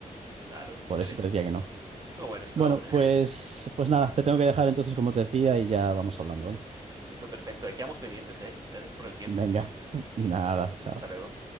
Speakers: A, on the right; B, on the right.
A: claro, es diferente.
B: por eso te decía que no.
A: Estuvo bueno, estuvo
B: Bueno,
A: buena.
B: pues, pues nada, te tengo que dejar entonces, como te decía, y ya vamos hablando, ¿vale?
A: <laughs> Listo, perfecto, ahí quedamos pendientes, ¿eh? Gracias por el tiempo.
B: Venga, nada, chao.
A: Hasta luego.